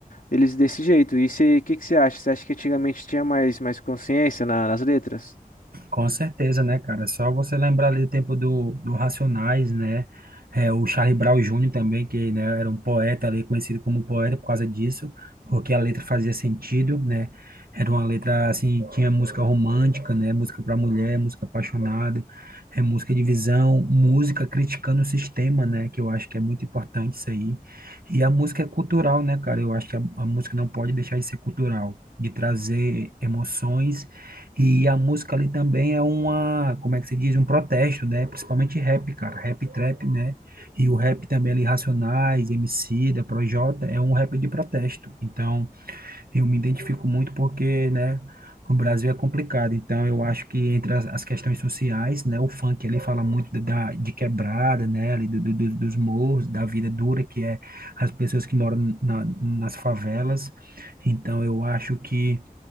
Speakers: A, on the left; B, on the right.
A: eles desse jeito. E o que que você acha? Você acha que antigamente tinha mais, mais consciência na- nas letras?
B: Com certeza, né, cara? É Só você lembrar ali do tempo do, do Racionais, né? É, o Charlie Brown Júnior também, que né, era um poeta ali, conhecido como poeta por causa disso, porque a letra fazia sentido, né? Era uma letra, assim, tinha música romântica, né? Música para mulher, música apaixonada, é, música de visão, música criticando o sistema, né? Que eu acho que é muito importante isso aí. E a música é cultural, né, cara? Eu acho que a, a música não pode deixar de ser cultural, de trazer emoções e a música ali também é uma, como é que se diz, um protesto, né? Principalmente rap, cara, rap trap, né? E o rap também ali, Racionais, Emicida, Projota, é um rap de protesto. Então, eu me identifico muito porque, né, o Brasil é complicado. Então, eu acho que entre as, as questões sociais, né, o funk ali fala muito da, de quebrada, né, ali do, do- do- dos morros, da vida dura que é as pessoas que moram na, nas favelas. Então, eu acho que